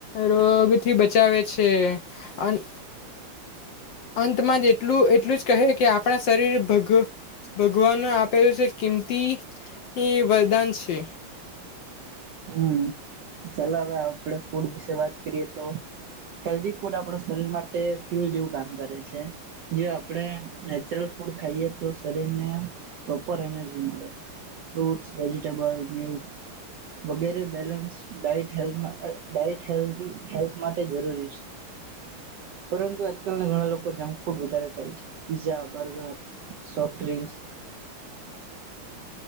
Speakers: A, on the left; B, on the right.
A: રોગથી બચાવે છે અંત અંતમાં જ એટલું એટલું જ કહે કે આપણા શરીર ભગ ભગવાન આપેલું છે કિમ તિ એ વરદાન છે
B: હમ્મ ચાલો હવે આપડે ફૂડ વિશે વાત કરીએ તો હેલ્ધી ફૂડ આપણા શરીર માટે ફ્યુલ જેવું કામ કરે છે જે આપણને નેચરલ ફૂડ ખાઈએ તો સર શરીરને પ્રોપર એનર્જી મળે ફ્રૂટ વેજીટેબલ મિલ્ક વગેરે balance diet diet health diet health માટે જરૂરી છે પરંતુ આજકાલના ઘણા લોકો જંક ફૂડ વધારે ખાય છે પીઝા બર્ગર સોફ્ટ ડ